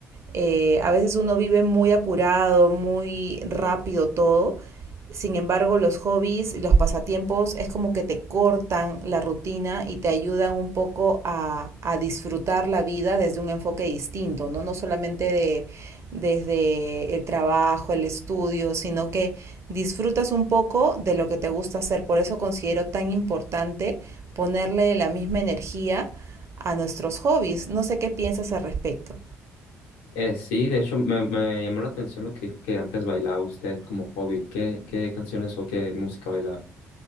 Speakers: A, on the right; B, on the left.
A: Eh, a veces uno vive muy apurado, muy rápido todo. Sin embargo, los hobbies y los pasatiempos es como que te cortan la rutina y te ayudan un poco a, a disfrutar la vida desde un enfoque distinto, ¿no? No solamente de, desde el trabajo, el estudio, sino que disfrutas un poco de lo que te gusta hacer. Por eso considero tan importante ponerle la misma energía a nuestros hobbies. No sé qué piensas al respecto.
B: Eh, sí, de hecho me, me llamó la atención lo que dijo que antes bailaba usted como hobby. ¿Qué, qué canciones o qué música bailaba?